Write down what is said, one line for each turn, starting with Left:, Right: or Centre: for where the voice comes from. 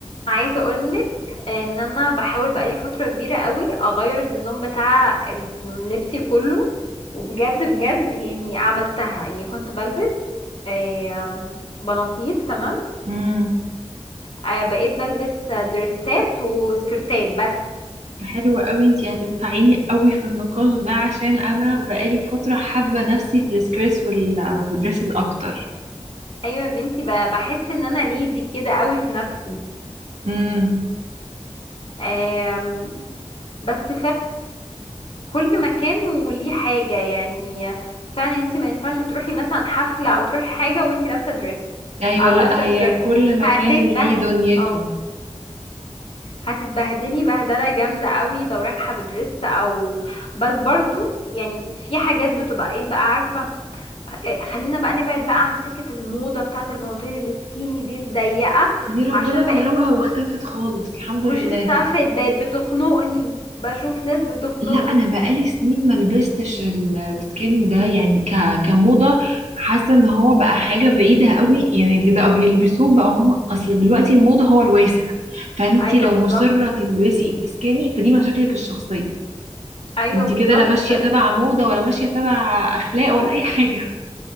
Left: عايزه اقولك ان انا بحاول بقالي فتره كبيره قوي اغير النظام بتاع لبسي كله وبجد بجد يعني عملتها يعني كنت بلبس آه، بناطيل تمام
Right: امم
Left: آه، بقيت بلبس دريسات وسكرتات بس
Right: حلوة قوي انتي هتنفعيني قوي في النقاش ده عشان انا بقالي فترة حابة نفسي في السكريس وال والدريسز اكتر
Left: ايوه يا بنتي ب- بحس ان انا ليدي كده قوي في نفسي
Right: امم
Left: آم، بس كل مكان وليه حاجة يعني فعلا انت ما ينفعش تروحي مثلا حفلة او تروحي حاجة وانت لابسة دريس
Right: ايوه
Left: او
Right: لا
Left: لابسة
Right: هي
Left: سكيرت
Right: كل مكان
Left: هتتبه
Right: ليه دنيته
Left: او هتتبهدلي بهدلة جامدة قوي لو رايحة بدريس او بس برضو يعني في حاجات بتبقى ايه بقى عارفة اه، خلينا بقى نبعد بقى عن سكة الموضة بتاعة البناطيل السكيني دي الضيقة
Right: دي ربنا
Left: عشان بقت
Right: كرمها واختفت خالص الحمد
Left: مش
Right: لله
Left: اختفت بقت بتخنقني بشوف ناس بتخنقني
Right: لا انا بقالي سنين ما لبستش ال- السكيني ده يعني ك... كموضه حاسه ان هو بقى حاجه بعيده قوي يعني اللي بقى بيلبسوه بقى هم اصل دلوقتي الموضه هو الواسع فانتي
Left: ايوه
Right: لو
Left: بالظبط
Right: مصره تلبسي سكيني فدي مشاكلك الشخصيه
Left: ايوه
Right: انتي
Left: بالظبط
Right: كده لا ماشيه تبع موضه ولا ماشيه تبع اخلاق ولا اي حاجه